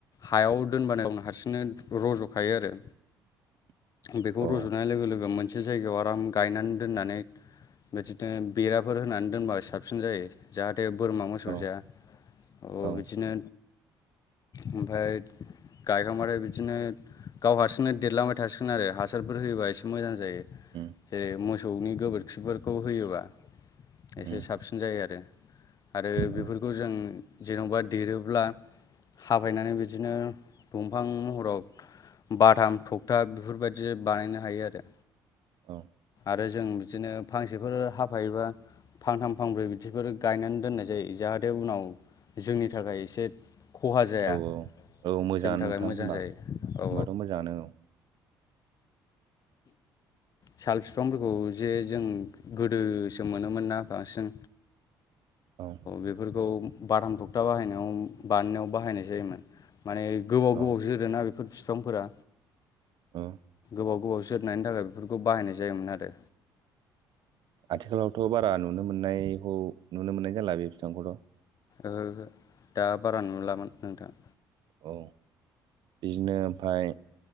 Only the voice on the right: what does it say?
<unintelligible>
औ
औ
औ
उम
उम
औ
औ
औ औ औ मोजाङ
नोंथां
होनोमबा
होमबाथ' मोजाङानो औ
औ
औ
औ
आथिखालावथ' बारा नुनो मोननायखौ नुनो मोननाय जाला बे फिफांखौथ'
औ बिदिनो ओमफ्राय